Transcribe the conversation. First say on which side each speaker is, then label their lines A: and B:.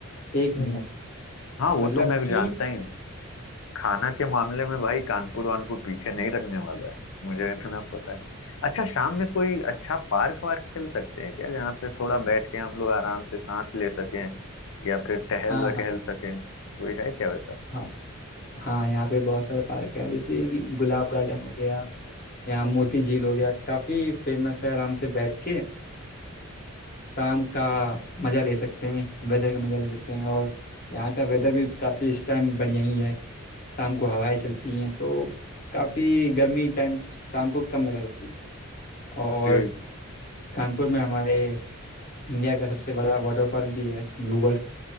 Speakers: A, on the left; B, on the left.
A: एक नंबर
B: हम्म हाँ वो
A: मतलब
B: तो मैं
A: कि
B: जानता ही हूँ खाना के मामले में भाई कानपुर वानपुर पीछे नहीं रखने वाला है मुझे इतना पता है अच्छा शाम में कोई अच्छा पार्क वार्क चल सकते हैं क्या जहाँ पे थोड़ा बैठ के हम लोग आराम से सांस ले सकें या फिर टहल
A: हाँ
B: वहल
A: हाँ
B: सकें कोई है क्या वैसा
A: हाँ हाँ यहाँ पे बहुत सारे पार्क हैं जैसे कि गुलाब गार्डन हो गया यहाँ मोती झील हो गया काफ़ी फेमस है आराम से बैठ के शाम का मज़ा ले सकते हैं वेदर का मज़ा ले सकते हैं और यहाँ का वेदर भी काफ़ी इस टाइम बढ़िया ही है शाम को हवाएं चलती हैं तो काफ़ी गर्मी टाइम शाम को कम लगा करती है और
B: जी।
A: कानपुर में हमारे इंडिया का सबसे बड़ा वाटर पार्क भी है ब्लू वर्ल्ड